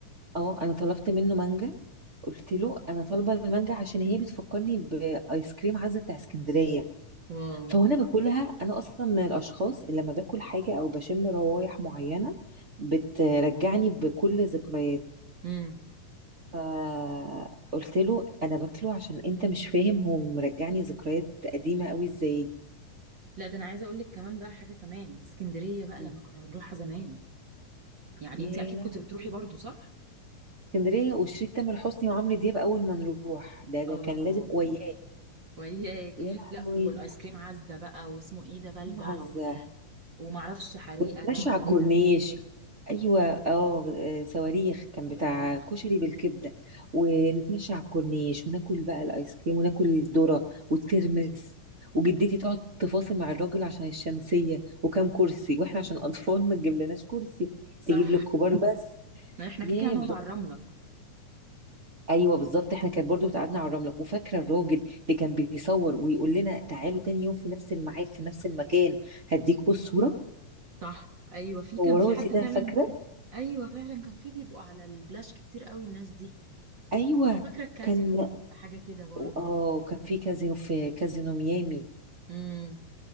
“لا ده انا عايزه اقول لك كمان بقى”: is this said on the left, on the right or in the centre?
Right